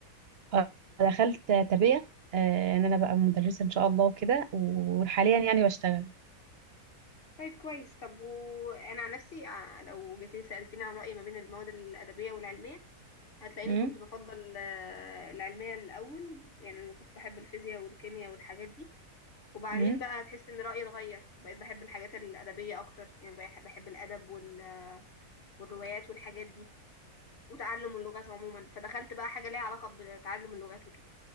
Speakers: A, on the right (about 55°); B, on the left (about 40°).
A: آه، دخلت تربية آه، يعني انا بقى مدرسة ان شاء الله وكده وحاليا يعني بشتغل
B: طيب كويس طب وانا عن نفسي ع- لو جيت لي سألتني عن رأيي ما بين المواد الأدبية والعلمية هتلاقيني
A: امم
B: كنت بفضل آه، العلمية الأول يعني أنا كنت بحب الفيزياء والكيمياء والحاجات دي وبعدين
A: امم
B: بقى هتحس إن رأيي اتغير وبقيت بحب الحاجات الأدبية أكتر يعني بح- بحب الأدب وال- والروايات والحاجات دي وتعلم اللغات عموما فدخلت بقى حاجة ليها علاقة بتعلم اللغات وكده